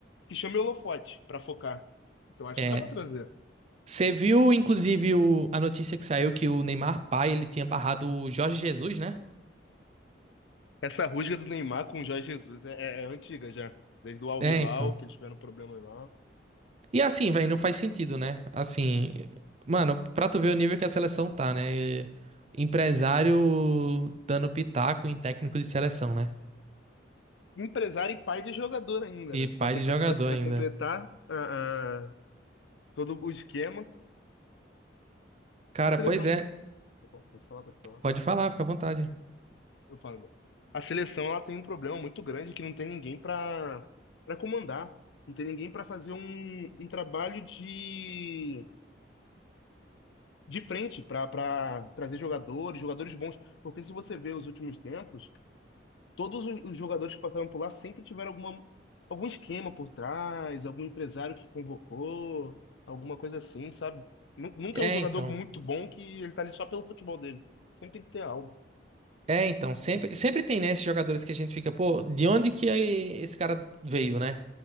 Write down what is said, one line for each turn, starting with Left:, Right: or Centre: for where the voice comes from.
Left: que chame o holofote pra focar. Então acho
Right: É.
Left: que dá pra trazer.
Right: Você viu, inclusive, o- a notícia que saiu que o Neymar pai, ele tinha barrado o Jorge Jesus, né?
Left: Essa rusga do Neymar com o Jorge Jesus é, é- é antiga já. Desde o Al
Right: É,
Left: Hilal,
Right: então.
Left: que eles tiveram problema lá.
Right: E assim, velho, não faz sentido, né? Assim, mano, pra tu ver o nível que a seleção tá, né? Empresário dando pitaco em técnico de seleção, né?
Left: Empresário e pai de jogador ainda,
Right: E
Left: né?
Right: pai
Left: Pra comple-
Right: de jogador
Left: pra- pra
Right: ainda.
Left: completar ah, ah, todo o esquema,
Right: Cara,
Left: a seleção.
Right: pois é,
Left: tá Bom, Pode falar, pode falar.
Right: pode falar, fica à vontade.
Left: Eu falo. né? A seleção ela tem um problema muito grande que não tem ninguém pra para comandar. Não tem ninguém pra fazer um, um trabalho de, de frente, pra para trazer jogadores, jogadores bons. Porque se você vê os últimos tempos. todos os os jogadores que passaram por lá sempre tiveram alguma, algum esquema por trás, algum empresário que convocou, alguma coisa assim, sabe? Nu- Nunca
Right: É,
Left: é um jogador
Right: então.
Left: muito bom que ele tá ali só pelo futebol dele. Sempre tem que ter algo.
Right: É, então, sempre, sempre tem, né, esses jogadores que a gente fica, pô, de onde que esse cara veio, né?